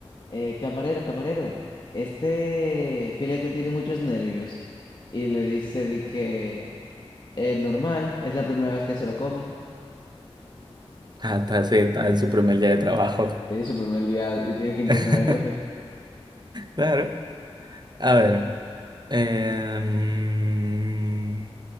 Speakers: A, on the left (about 45°); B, on the right (about 40°).
A: eh, camarero, camarero, este filete tiene muchos nervios. Y le dice de que, eh, normal, es la primera vez que se lo comen.
B: Ah, está, sí, está en su primer día de trabajo.
A: Es su primer día y tiene que impresionar
B: <laughs>
A: al jefe.
B: Claro. A ver. em,